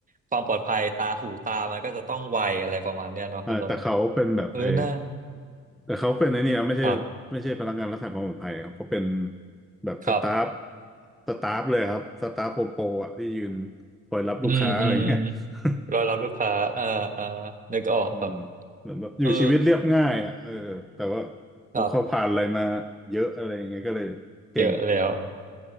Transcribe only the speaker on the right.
ความปลอดภัยตาหูตามันก็จะต้องไวอะไรประมาณเนี้ยเนาะคุณต้น
เออน่า
ครับ
ครับ
อืมอืม
รอรับลูกค้า อ่าอ่านึกออกครับ
เออ
ครับเยอะแล้ว